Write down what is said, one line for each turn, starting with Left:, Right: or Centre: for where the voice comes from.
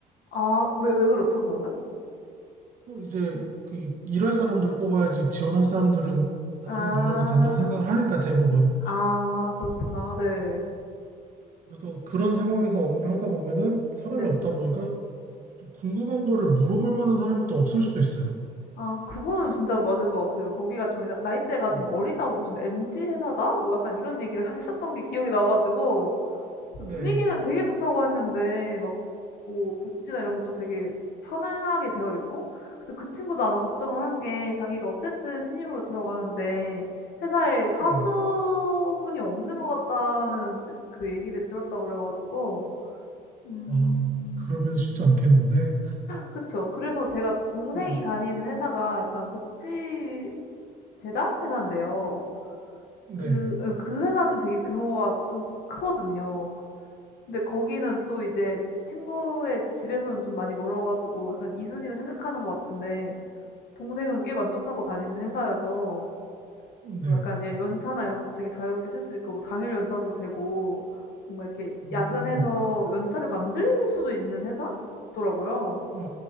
Left: 아 왜 왜 그렇죠 그거는?
Right: 그 이제 그 일할 사람들 뽑아야지 지원할 사람들은 나중에
Left: 아.
Right: 늘려도 된다고 생각을 하니까 대부분.
Left: 아 그렇구나. 네.
Right: 그래서 그런 상황에서 업무를 하다 보면은 사람이
Left: 네.
Right: 없다 보니까 또 궁금한 거를 물어볼 만한 사람이 또 없을 수도 있어요.
Left: 아 그거는 진짜 맞을 것 같아요. 거기가 좀 나 나이대가
Right: 네.
Left: 좀 어리다고 무슨 "MZ 회사다?" 뭐 약간 이런 얘기를 했었던 게 기억이 나 가지고 그래서
Right: 네.
Left: 분위기는 되게 좋다고 했는데 막 뭐 복지나 이런 것도 되게 편안하게 되어 있고 그래서 그 친구도 아마 걱정을 한 게 자기가 어쨌든 신입으로 들어가는데 회사에 사수분이
Right: 네.
Left: 없는 것 같다는 그 얘기를 들었다고 그래 가지고 음
Right: 아, 그러면 쉽지 않겠는데?
Left: 그쵸. 그래서 제가 동생이
Right: 네.
Left: 다니는 회사가 약간 복지 재단 회사인데요.
Right: 네.
Left: 그 예 그 회사는 되게 규모가 좀 크거든요. 근데 거기는 또 이제 친구의 집에서는 좀 많이 멀어 가지고 약간 이순이로 생각하는 것 같은데 동생은 꽤 만족하고 다니는 회사여서
Right: 네.
Left: 뭐 약간 예 연차나 이런 것도 되게 자유롭게 쓸 수 있고 뭐 당일 연차도 되고 뭔가 이렇게
Right: 음,
Left: 야근해서 연차를 만들 수도 있는 회사더라고요.
Right: 아,